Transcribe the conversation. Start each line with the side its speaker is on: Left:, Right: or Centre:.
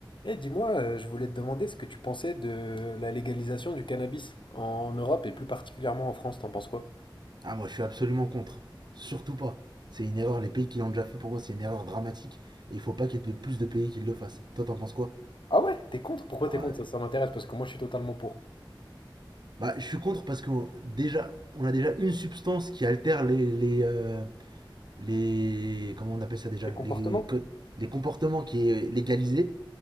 Left: Eh, dis-moi, euh, je voulais te demander ce que tu pensais de la légalisation du cannabis en Europe et plus particulièrement en France, t'en penses quoi?
Right: Ah, moi, je suis absolument contre. Surtout pas. C'est une erreur. Les pays qui l'ont déjà fait, pour moi, c'est une erreur dramatique. Et il faut pas qu'il y ait de plus de pays qui le fassent. Toi, t'en penses quoi
Left: Ah ouais, t'es contre? Pourquoi
Right: Ouais.
Left: t'es contre? Ça, ça m'intéresse parce que moi je suis totalement pour.
Right: Bah, je suis contre parce que déjà, on a déjà une substance qui altère les. les, euh, les comment on appelle ça déjà
Left: Les comportements?
Right: les, co- les comportements qui est légalisé,